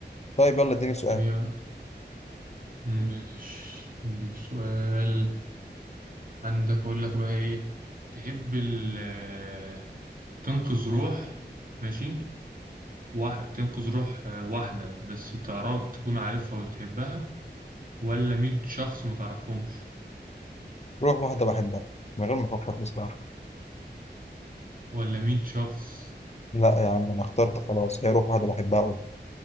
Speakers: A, on the left (about 40°); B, on the right (about 50°).
A: طيب يلا اديني سؤال
B: هي مش اديك سؤال عندك اقول لك بقى ايه تحب ال آه، تنقذ روح ماشي واحد تنقذ روح آه، واحدة بس تعرف تكون عارفها وتحبها ولا مية شخص ما تعرفهمش
A: روح واحدة بحبها من غير ما أفكر بصراحة
B: ولا مية شخص
A: لا يا عم أنا اخترت خلاص هي روح واحدة بحبها أقول